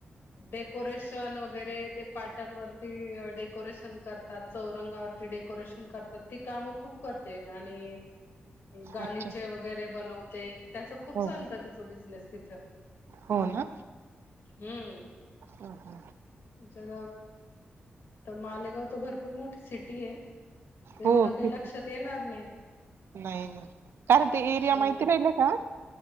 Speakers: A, on the left; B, on the right.
A: डेकोरेशन वगैरे ते पाटंनवरती डेकोरेशन करतात, चौरंगावरती डेकोरेशन करतात. ती काम खूप करते आणि गालीचे
B: अच्छा
A: वगैरे बनवते त्याच खूप
B: हो
A: चालतं तिचं बिझनेस तिथं.
B: हो ना
A: हम्म.
B: हं हं.
A: ज तर मालेगाव तर भरपूर मोठी सिटी आहे. तेवढं
B: हो
A: काही
B: फिट
A: लक्षात येणार नाही.
B: नाही नाही कारण ते एरिया
A: हम्म
B: माहिती राहिलय का?